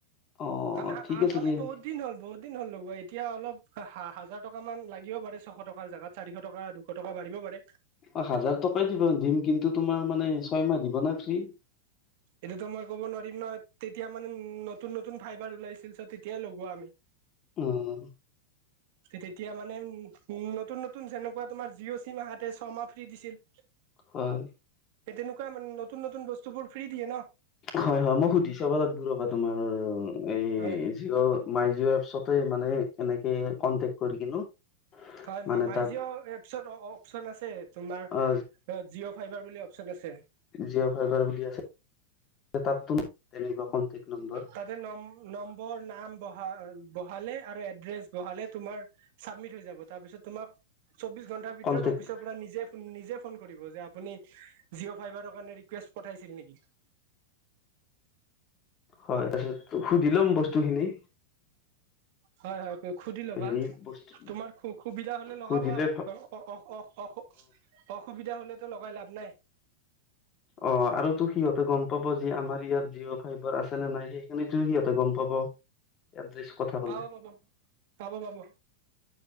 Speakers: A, on the left; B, on the right.
A: অ
B: আম
A: ঠিক
B: আম
A: আছে
B: আমি
A: দিয়া অ
B: বহুত, বহুত দিন হ'ল বহুত দিন হ'ল লগোৱা। এতিয়া অলপ হা হাজাৰ টকা মান লাগিব পাৰে ছশ টকাৰ জাগাত। চাৰিশ টকা দুশ টকা বাঢ়িব পাৰে।
A: অ' হাজাৰ টকাই দিব দিম, কিন্তু তোমাৰ মানে ছয়মাহ দিব না ফ্ৰী?
B: এইটোটো মই ক'ব নোৱাৰিম নহয়, তেতিয়া মানে নতুন নতুন ফাইবাৰ ওলাইছিল চ' তেতিয়াই লগোৱা আমি।
A: উম।
B: তেতিয়া মানে উম' নতুন নতুন যেনেকুৱা তোমাৰ জিঅ' চিম আহাতে ছমাহ ফ্ৰী দিছিল।
A: হয়।
B: সেই তেনকুৱা মানে নতুন নতুন বস্তু বোৰ ফ্ৰী দিয়ে ন।
A: হয় হয় মই সুধি চাব লাগব ৰবা, তোমাৰ এই
B: হয়
A: জিঅ- মাই জিঅ' এপছতে মানে এনেকে কনটেক্ট কৰি কিনো।
B: হয়।
A: মানে
B: মা মাইজিঅ'
A: তাক
B: এপছত অ অপচন আছে। তোমাৰ
A: অ
B: জিঅ' ফাইভাৰ বুলি অপশচন আছে।
A: জিঅ' ফাইবাৰ বুলি আছে, তাত তুন থাকিব কনটেক্ট নম্বৰ।
B: তাতে নম নম্বৰ নাম বহা বহালে আৰু এড্ৰেছ বহালে তোমাৰ, চাবমিট হৈ যাব তাৰপিছত তোমাক চৌবিশ ঘন্টাৰ ভিতৰত
A: কন্টেক্ট
B: অফিচৰ পৰা নিজে নিজে ফোন কৰিব যে আপুনি জিঅ' ফাইভাৰৰ কাৰণে, ৰিকুৱেষ্ট পঠাইছিল নেকি।
A: হয় তাৰপিছত সুধি লম বস্তুখিনি।
B: হয় হয়। সুধি লবা
A: হেৰি বস্তু
B: তোমাৰ সু সুবিধা হলে লগাবা
A: সুধিলে
B: অ অ অ অ অসুবিধা হ'লেতো লগাই লাভ নাই।
A: অ আৰু তোৰ সিহঁতে গম পাব যি আমাৰ ইয়াত জিঅ' ফাইভাৰ আছে নে নাই সেইখিনি ত সিহঁতে গম পাব। এটলিষ্ট কথা ক'লে
B: পাব পাব পাব পাব।